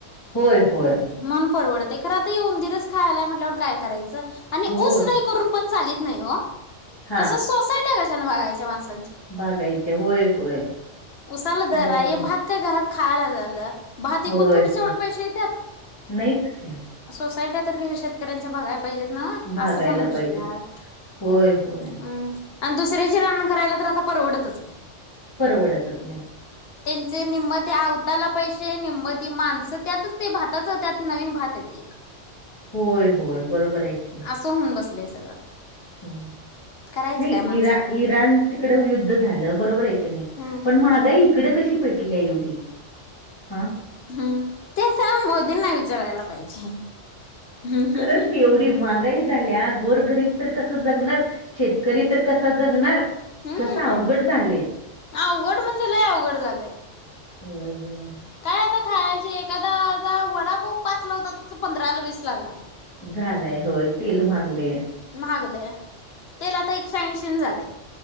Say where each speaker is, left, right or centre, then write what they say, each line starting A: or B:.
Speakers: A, on the left (about 20°); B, on the left (about 60°).
A: होय, होय.
B: मन परवडतं खर आता उंदीरच खायलाय म्हटलं काय करायचं? आणि
A: होय.
B: ऊस नाही करून पण चालत नाही ओ,
A: हां,
B: कसं सोसायट्या कशाने बघायच्या माणस
A: बाघायचे होय होय.
B: सल जरा
A: बरोबर
B: हे
A: आहे.
B: भात काय घरात खायला झालं. भात विकुन
A: होय,
B: थोडेच
A: होय.
B: येवड पैशे येत्यात
A: नाहीच की.
B: सोसायट्या तरी शेतकऱ्यांच्या बघाय प पाहिजेत ना
A: भागायला
B: असं पण विषय
A: पाहिजेत.
B: हाय
A: होय, होय.
B: हम्म. आणि दुसऱ्याची रान् करायला तर आता परवडतच नाही.
A: परवडतच नाहीत.
B: त्यांचे निम्मत अवताला पैसे मती माणसं त्यातच ते भाताच त्यात नवीन भात येत एक.
A: होय होय बरोबर आहे की.
B: असं होऊन बसलंय सगळं.
A: होय
B: करायचं
A: नाही
B: काय माणसानं
A: इरा इरान तीकड युद्ध झालं बरोबर आहे की नाही
B: हम्म
A: पण महागाई इकडं कशी पेटली आहे एवढी हा?
B: हम्म तेच ना मोदींना विचारायला पाहिजे. हम्म हम्म
A: खरंच
B: हम्म.
A: की एवढी माग गाई झाल्या गोरगरीब तर कस जगणार शेतकरी तर कसा जगणार.
B: हम्म
A: कस अवघड झाले
B: अवघड म्हणजे लय अवघड झालंय.
A: हम्म हम्म.
B: काय आता खायाची एखादा दा वडापाव पाचला होता त पंधराला वीसला झालाये.
A: झालाय होय तेल महागले.
B: महागले तेल आता एकशे ऐंशी न झाले.